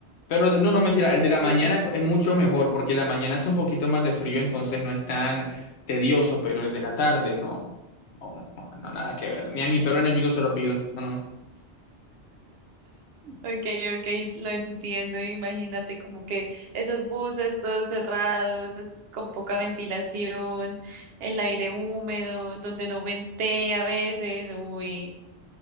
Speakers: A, on the left; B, on the right.
A: Pero el- no, no, mentira,
B: sí,
A: el de
B: sí.
A: la mañana es mucho mejor porque la mañana hace un poquito más de frío, entonces no es tan tedioso, pero el de la tarde no, no, no, no, nada que ver. Ni a mi peor enemigo se lo pido. No, no, no.
B: Okay, okay, lo entiendo. Imagínate como que esos buses todos cerrados, con poca ventilación, el aire húmedo, donde no ventea a veces, uy,